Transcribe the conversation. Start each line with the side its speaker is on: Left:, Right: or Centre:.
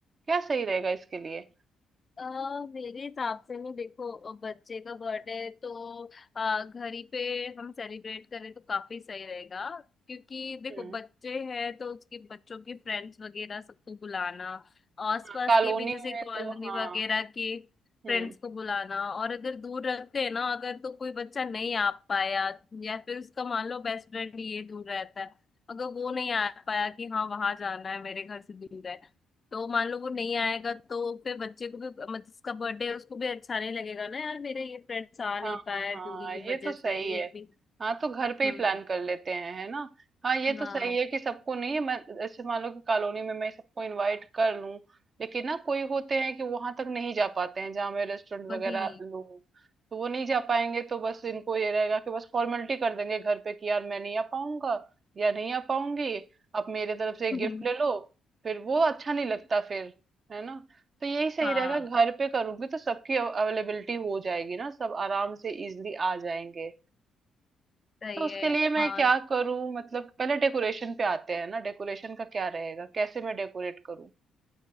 Right: क्या सही रहेगा इसके लिए
Left: अ, मेरे हिसाब से ना देखो अ, बच्चे का बर्थडे है तो अ, घर ही पे हम सेलिब्रेट करें तो काफी सही रहेगा क्योंकि देखो
Right: हम्म
Left: बच्चे हैं तो उसके बच्चों के फ्रेंड्स वगैरह सबको बुलाना आसपास
Right: हाँ, कॉलोनी
Left: के भी जैसे
Right: में
Left: कॉलोनी
Right: तो हाँ
Left: वगैरह के
Right: हम्म
Left: फ्रेंड्स को बुलाना और अगर दूर रखते हैं ना अगर तो कोई बच्चा नहीं आ पाया या फिर उसका मान लो बेस्ट फ्रेंड ये दूर रहता है अगर वो नहीं आ पाया कि हाँ वहां जाना है मेरे घर से दूर है तो मान लो वो नहीं आएगा तो फिर बच्चे को भी मतलब जिसका बर्थडे है उसको भी अच्छा नहीं लगेगा ना यार मेरे ये फ्रेंड्स आ
Right: हाँ
Left: नहीं पाए
Right: हाँ
Left: दूरी की
Right: ये
Left: वजह
Right: तो सही
Left: से ये
Right: है
Left: भी
Right: हाँ तो घर पे
Left: हम्म
Right: ही प्लान कर लेते हैं है ना हाँ ये तो
Left: हाँ
Right: सही है कि सबको नहीं मैं जैसे मान लो कि कॉलोनी में मैं सबको इनवाइट कर लूं लेकिन ना कोई होते हैं कि वहां तक नहीं जा पाते हैं जहाँ मैं रेस्टोरेंट
Left: वही
Right: वगैरह लूं तो वो नहीं जा पाएंगे तो बस इनको ये रहेगा कि बस फॉर्मेलिटी कर देंगे घर पे कि यार मैं नहीं आ पाऊंगा या नहीं आ पाऊंगी आप मेरे तरफ से एक
Left: <laughs>
Right: गिफ्ट ले लो फिर वो अच्छा नहीं लगता फिर है ना तो यही सही
Left: हाँ
Right: रहेगा घर पे करूंगी तो सबकी अवेलेबिलिटी हो जाएगी ना सब आराम से इजीली आ जाएंगे
Left: सही
Right: तो उसके
Left: है
Right: लिए मैं
Left: हाँ
Right: क्या करूं मतलब पहले डेकोरेशन पे आते हैं ना डेकोरेशन का क्या रहेगा कैसे मैं डेकोरेट करूं